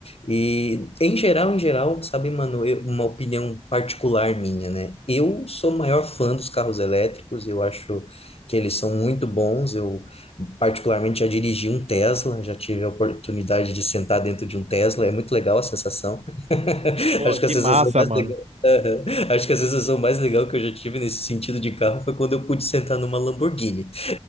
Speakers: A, on the left; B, on the right.
A: E em geral, em geral, sabe, mano, eu- uma opinião particular minha, né? Eu sou o maior fã dos carros elétricos, eu acho que eles são muito bons. Eu particularmente já dirigi um Tesla, já tive a oportunidade de sentar dentro de um Tesla, é muito legal a sensação. <laughs>
B: pô,
A: Acho
B: que
A: que a sensação
B: massa,
A: mais
B: mano.
A: legal, Aham. Acho que a sensação mais legal que eu já tive nesse sentido de carro foi quando eu pude sentar numa Lamborghini. <laughs>